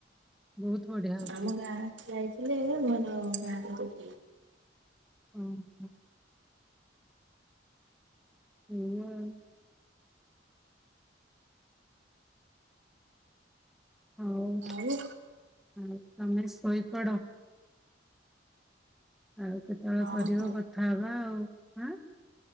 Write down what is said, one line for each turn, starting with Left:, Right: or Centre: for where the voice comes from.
Centre: ବହୁତ ବଢିଆ ହଉଥିଲା।
Right: ଆମର ଯାଇଥିଲେ ମର ଗାଁରେ ଯଥିଲ
Centre: ହଁ ହଁ ଏଇ ଆ ଆଉ ହଉଉ
Right: ଆଉ
Centre: ତମେ ଶୋଇପଡ଼ ଆଉ କେତେବେଳେ
Right: ହଁ
Centre: କରିବ୍
Right: ହଁ
Centre: କଥା ହବା ଆଉ ଆଁ